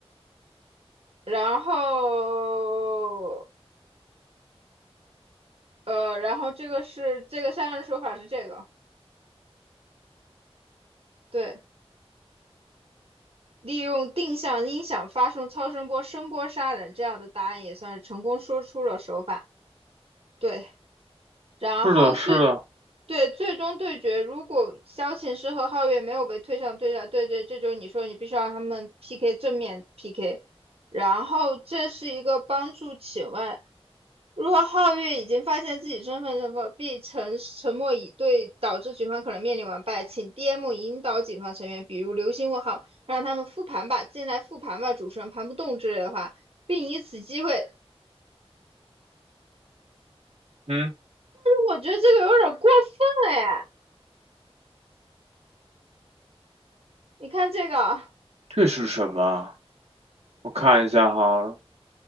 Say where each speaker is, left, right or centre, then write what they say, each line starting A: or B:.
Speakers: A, on the right; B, on the right.
A: 然后。呃，然后这个是这个杀人手法是这个，对，利用定向音响发送超声波声波杀人，这样的答案也算是成功说出了手法。对。然后最
B: 是的，是的，
A: 对最终对决，如果萧琴师和皓月没有被推上对战，对对，这就是你说你必须要让他们 PK 正面 PK，然后这是一个帮助。请问，如果皓月已经发现自己身份身份，必沉沉默以对，导致局方可能面临完败，请 DM 引导警方成员，比如流星问号，让他们复盘吧，进来复盘吧，主持人盘不动之类的话，并以此机会，
B: 嗯，
A: 我觉得这个有点过分了耶，你看这个。
B: 这是什么？我看一下哈，